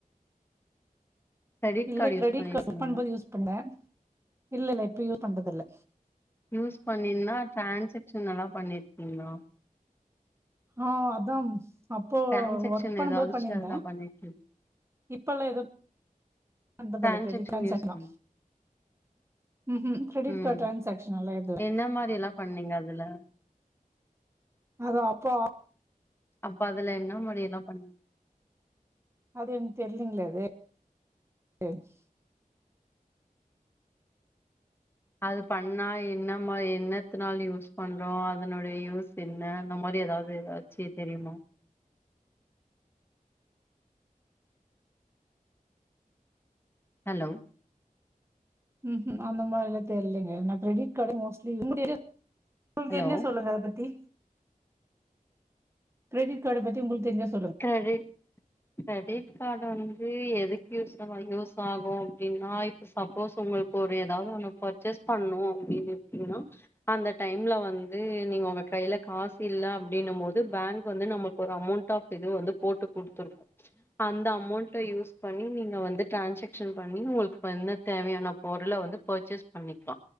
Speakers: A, on the left; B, on the right.
A: கிரெடிட்
B: இல்ல
A: கார்டு
B: கிரெடிட்
A: யூஸ் பண்ணிருக்கீங்களா
B: கார்ட் சப் பண்ணபோது யூஸ் பண்ல இல்ல இல்ல இப்ப யூஸ் பண்றது இல்ல
A: யூஸ் பண்ணின்னா ட்ரான்சக்ஷன் எல்லா பண்ணீற்ப்பீங்ளா
B: ஆ அதாம்ஸ் அப்போ
A: டிரான்சாக்ஷன்
B: ஒர்க் பண்ணும்போது
A: ஏதாச்சு
B: பண்ணிருந்தே
A: அதுல பண்ணிருக்கீங்
B: இப்பெல்லா எது பண்றதல்ல
A: டிரான்சாக்ஷன்
B: கிரெடிட் கார்டுஸ்
A: யூஸ்
B: சேக்கலா
A: பண்ணி
B: உம் உம் கிரெடிட்
A: ம்
B: கார்ட் டிரான்ஷேக்ஷன் எல்லா எதுல்ல
A: என்ன மாரி எல்லா பண்ணீங்க அதுல
B: அதா அப்பா
A: அப்ப அதுல என்ன முடிய எல்லா பண்
B: அது எனக் தெரிலிங்லே அது என்ச்
A: அது பண்ணா என்னமா என்னத்து நாள யூஸ் பண்றோ அதனுடைய யூஸ் என்ன அந்த மாரி ஏதாவது ஏதாச்சி தெரியுமா ஹலோ
B: ம் ம் அந்த மாரி எல்லா தெரிலிங்க நா கிரெடிட் கார்டே மோஸ்ட்லி யூஸ் <unintelligible> உங்களுக்கு
A: ஹலோ
B: தெரிஞ்சா சொல்லுங்க அத பத்தி கிரெடிட் கார்டு பத்தி உங்களுக்கு தெரிஞ்சா சொ
A: கிரெடிட் கிரெடிட் கார்டு வந் து எதுக்கு யூஸ் ஆகு யூஸ் ஆகு அப்டின்னா இப்ப சப்போஸ் உங்களுக்கு ஒரு ஏதாவது ஒன்னு பர்ச்சேஸ் பண்ணோ அப்டீனு இருப்பீங்ன்னா அந்த டைம்ல வந்து நீங்க உங்க கையில காசு இல்ல அப்டி ன்னு போது பேங்க் வந்து நம்மளுக்கு ஒரு அமௌண்ட்டா இது வந்து போட்டு குடுத்துருக்கோ அந்த அமௌண்ட்ட யூஸ் பண்ணி நீங்க வந்து டிரான்ஷக்ஷன் பண்ணி உங்களுக்கு இப்ப என்ன தேவையான பொருளை வந்து பர்ச்சேஸ் பண்ணிக்கலா